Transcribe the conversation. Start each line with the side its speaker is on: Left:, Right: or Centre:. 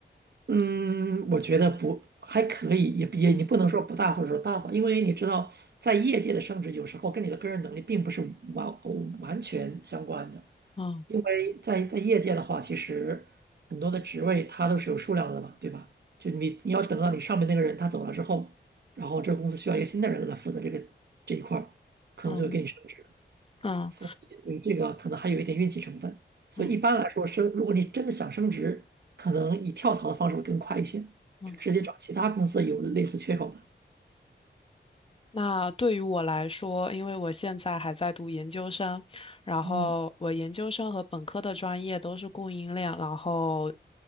Right: 嗯，我觉得不还可以，也也你不能说不大或者说大吧，
Left: 嗯
Right: 因为你知道在业界的升职有时候跟你的个人能力并不是完完全相关的。
Left: 嗯
Right: 因为在在业界的话，其实很多的职位它都是有数量的嘛，对吧？就你你要等到你上面那个人他走了之后，然后这个公司需要一个新的人来负责这个这一块儿，可能就会给你升职。
Left: 嗯嗯。
Right: 所以对这个可能还有一点运气成分。所以一般来说升，
Left: 嗯
Right: 如果你真的想升职，可能以跳槽的方式会更快一些，
Left: 嗯，
Right: 就直接找其他公司有类似缺口的。
Left: 那对于我来说，因为我现在还在读研究生，然后我研究生和本科的专业都是供应链，
Right: 哦，
Left: 然后